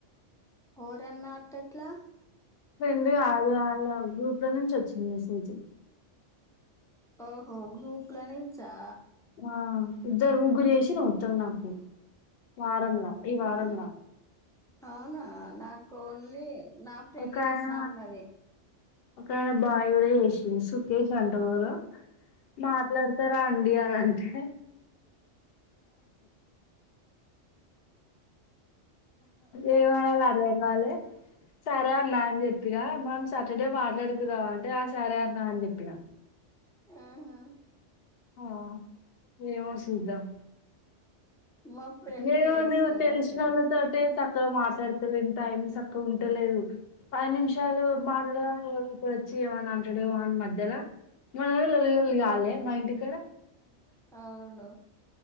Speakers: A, in the centre; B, on the left.
A: ఓరన్న అట్టెట్లా
B: ఫ్రెండు గాదు ఆళ్ళ గ్రూప్ లో నుంచొచ్చింది మెసేజ్
A: ఓహో గ్రూప్ లో నించా
B: ఆ ఇద్దరు ముగ్గురు జేషిర్ మొత్తం నాకు వారంలా ఇ
A: ఆహా
B: వారంల
A: అవునా నాకోన్లీ నా ఫ్రెండ్
B: ఒకాయన
A: చేస్తా అన్నది
B: ఒకాయన బావిడే చేషిం సుకేష్ అంట ఎవురో మాట్లాడతా అండి అంటే ఏమనాలో
A: ఆ
B: అర్థంగాలె సరే అన్నా అని జెప్పినా మన్ సాటర్డే మాట్లాడుకుందామ అంటే ఆ సరే అన్నా అని జెప్పినా
A: ఆహా
B: ఆ ఏమో సూద్దాం
A: మా ఫ్రెండ్
B: నేను
A: చేస్తా
B: నువ్ తెలిసినోళ్ళతోటే
A: అన్నది
B: మాట్లాడతలేని టైం సక్కగుంటలేదు పది నిమిషాలు మాట్లాడ <inaudible> ఇప్పుడొచ్చి ఏవన అంటడేవో అని మధ్యల మన లొల్లి లొల్లి కాలే మా ఇంటి కడ
A: అవును